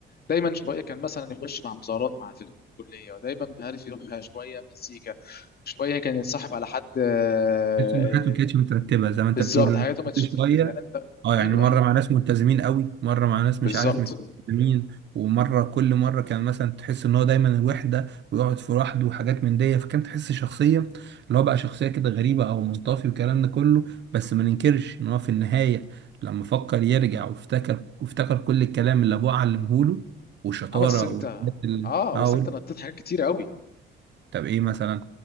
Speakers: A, on the left; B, on the right.
A: دايما شويه كان مثلا يخش مع مظاهرات مع في الكليه ودايما مش عارف يروح شويه مزيكا شويه كان يتصاحب على حد آه،
B: تحس
A: آه،
B: ان حياتهم ما كانتش مترتبه زي ما انت
A: بالظبط
B: بتقول إن
A: حاجاته ما تشتت
B: كل شويه
A: يعني انت
B: اه
A: ايوه
B: يعني مره
A: ايوه
B: مع ناس ملتزمين قوي مره مع ناس
A: بالظبط
B: مش عارف مش ملتزمين ومره كل مره كان مثلا تحس ان هو دايما الوحده ويقعد في لوحده وحاجات من دي فكان تحس شخصيه اللي هو بقى شخصيه كده غريبه او منطفي والكلام ده كله بس ما ننكرش ان هو في النهايه لما فكر يرجع وافتكر وافتكر كل الكلام اللي ابوه علمه له والشطاره
A: اه بس انت
B: والحاجات اللي
A: اه
B: اه
A: بس
B: قول،
A: انت نطيت حاجات كتير قوي
B: طب ايه مثلا